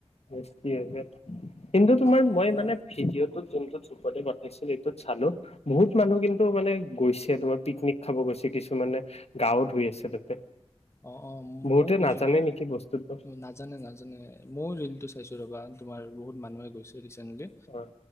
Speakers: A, on the left; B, on the left.
A: বেছি আছে <unintelligible> কিন্তু তোমাৰ
B: এতিয়া
A: মই মানে ভিডিঅ' টোত যোনটোত উতপলে পঠাইছিল এইটোত চালো। বহুত মানুহ কিন্তু মানে গৈছে তোমাৰ পিকনিক খাব গৈছে কিছুমানে, গাও ধুই আছে তাতে
B: অ অ
A: বহুতে
B: মইও গৈছিলো
A: নাজানে নেকি বস্তুটো
B: নাজানো নাজানো মইও টো চাইছো ৰবা তোমাৰ বহুত মানুহে গৈছে। ৰেছেণ্টলী
A: অ'।